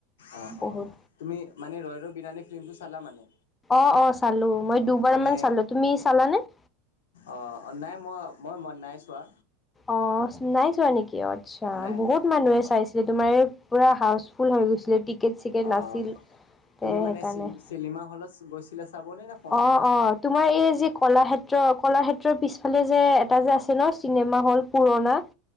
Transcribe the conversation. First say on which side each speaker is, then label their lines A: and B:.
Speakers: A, on the left (about 75°); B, on the left (about 20°).
A: অঁ
B: বহুত
A: অঁ তুমি মানে ৰয় ৰই বিনানে ফিল্মটো চালা মানে?
B: অঁ অঁ চালো, মই
A: অ'
B: দুবাৰ
A: মানে
B: মান চালো তুমি চালানে?
A: অ নাই মই মই মই নাই চোৱা।
B: অহ' নাই চোৱা নেকি অ আৎচ্ছা
A: নাই
B: বহুত
A: নাই
B: মানুহে চাইছে। তোমাৰ এই পূৰা হাউচফুল হৈ গৈছিলে টিকেট চিকেট
A: অ'।
B: নাছিল তে
A: তুমি মানে
B: সেইকাৰণে।
A: চি চিনেমা হলত গৈছিলে চাবনে না-
B: অঁ অঁ তোমাৰ এই যি কলাক্ষেত্ৰ কলাসেত- ত্ৰ পিছফালে যে এটা যে আছে ন চিনেমা হল পুৰণা।